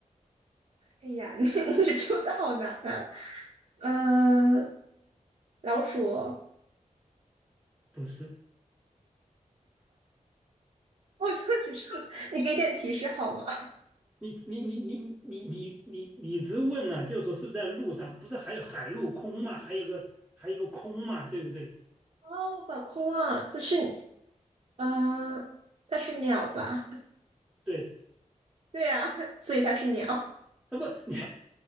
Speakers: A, on the right; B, in the centre.
A: 哎呀，<laughs> 你你出的好难啊！嗯、呃老鼠
B: 不是。
A: 好像只剩，你给点提示好吗？
B: 你你你你你你你你直问了，就说是不是在路上？不是还有海陆空嘛？还有个还有个空嘛？对不对？
A: 哦，我把空忘了，这是嗯、呃它是鸟吧？
B: 对，
A: 对呀、<laughs> 啊所以它是鸟。
B: 啊不，<laughs> 你